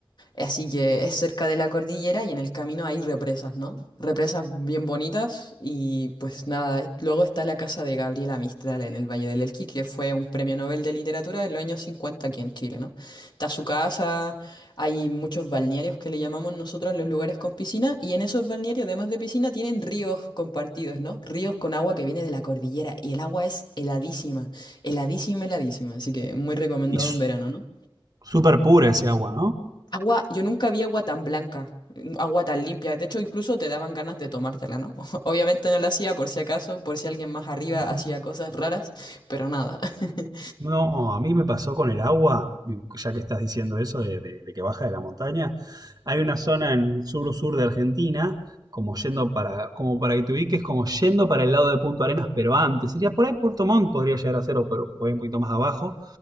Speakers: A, on the left; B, on the right.
A: Así que es cerca de la cordillera y en el camino hay represas, ¿no? Represas bien bonitas y pues nada, eh, luego está la casa de Gabriela Mistral en el Valle del Elqui, que fue un premio Nobel de Literatura en los años 50 aquí en Chile, ¿no? Está su casa, hay muchos balnearios que le llamamos nosotros los lugares con piscina y en esos balnearios, además de piscina, tienen ríos compartidos, ¿no? Ríos con agua que viene de la cordillera y el agua es heladísima, heladísima, heladísima, así que muy recomendado
B: Y su-
A: en verano, ¿no?
B: súper pura ese agua,
A: Agua, yo nunca vi agua tan blanca, mm, agua tan limpia. De hecho, incluso te daban ganas de tomártela, ¿no? <laughs> Obviamente no la hacía por si acaso, por si alguien más arriba
B: ¿no?
A: hacía cosas raras, pero nada. <laughs>
B: No, a mí me pasó con el agua, y ya que estás diciendo eso de, de- de que baja de la montaña. Hay una zona en el sur-sur de Argentina, como yendo para, como para que te ubiques, como yendo para el lado de Punto Arenas, pero antes. Sería por ahí Puerto Montt, podría llegar a ser, o pero por ahí un poquito más abajo.